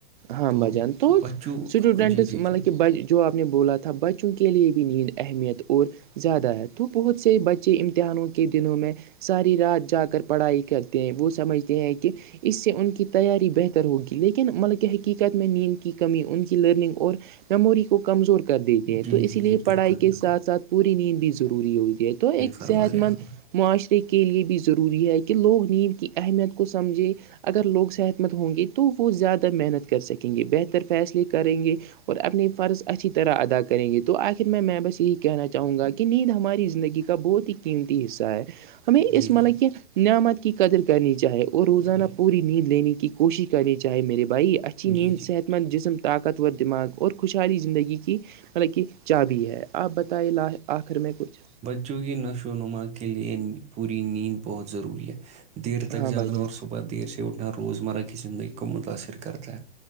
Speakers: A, on the right; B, on the right.
A: ہاں
B: تو
A: بھائی جان تو
B: بچوں
A: سٹوڈنٹس
B: جی جی
A: مطلب
B: جی
A: کہ بج جو آپ نے بولا تھا بچوں کے لیے بھی نیند اہمیت اور زیادہ ہے تو بہت سے بچے امتحانوں کے دنوں میں ساری رات جا کر پڑھائی کرتے ہیں وہ سمجھتے ہیں کہ اس سے ان کی تیاری بہتر ہوگی لیکن مطلب کہ کہ حقیقت میں نیند کی کمی ان کی لرننگ اور میموری کو کمزور کر دیتے ہیں
B: جی
A: تو
B: جی
A: اسی لیے
B: جی
A: پڑھائی
B: بالکل
A: کے
B: بالکل
A: ساتھ ساتھ پوری نیند بھی ضروری ہوتی ہے تو ایک
B: فرمارے
A: صحت مند
B: ہے
A: معاشرے کے لیے بھی ضروری ہے کہ لوگ نیند کی اہمیت کو سمجھے اگر لوگ صحت مند ہوں گے تو وہ زیادہ محنت کر سکیں گے بہتر فیصلے کریں گے اور اپنے فرض اچھی طرح ادا کر کریں گے تو آخر میں میں بس یہی کہنا چاہوں گا کہ نیند ہماری زندگی کا بہت ہی قیمتی حصہ ہے ہمیں اس
B: جی
A: مطلب
B: جی
A: کہ نعمت کی قدر کرنی چاہے اور روزانہ
B: جی
A: پوری نیند لینے کی کوشش کرنی چاہے میرے بھائی اچھی نیند
B: جی جی
A: صحت مند جسم طاقتور دماغ اور خوشحالی زندگی کی مطلب کہ چابی ہے آپ بتے ل آخر میں کچھ
B: چوکہ نشو و نما کے لیئے پوری نیند بہت ضروری ہے دیر تک
A: ہاں
B: جاگنا
A: بھائی جان
B: اور صبح ب دیر سے اٹھنا روزمرہ کی زندگی کو متاثر کرتا ہے